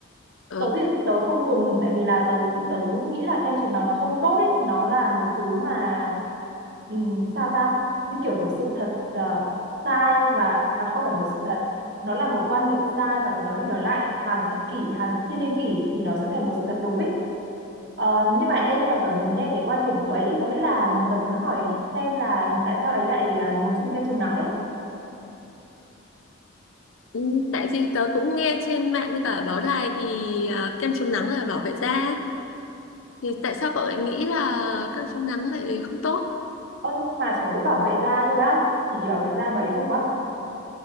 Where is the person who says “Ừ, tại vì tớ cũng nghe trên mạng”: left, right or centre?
Left